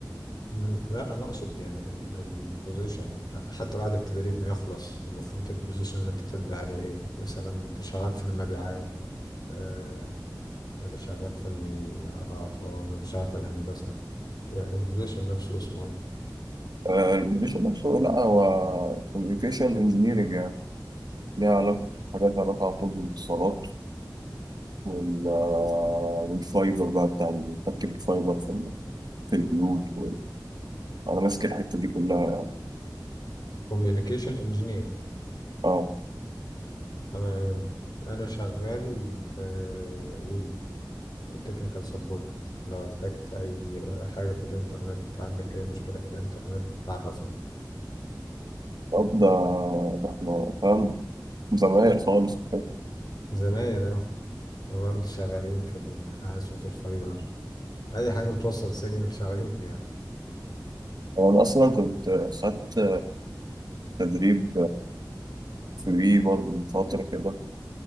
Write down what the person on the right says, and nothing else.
آه، البوزيشن نفسه لا هو كوميونيكيشن انجينيرنج يعني ليها علاقة حاجات لها علاقة على طول بالاتصالات وال آه، والفايبر بقى بتاع مركب الفايبر في ال- في البيوت وال- أنا ماسك الحتة دي كلها يعني
اه
طب ده ده احنا فاهم زمايل خالص
هو أنا أصلا كنت خدت تدريب فري برضه من فترة كده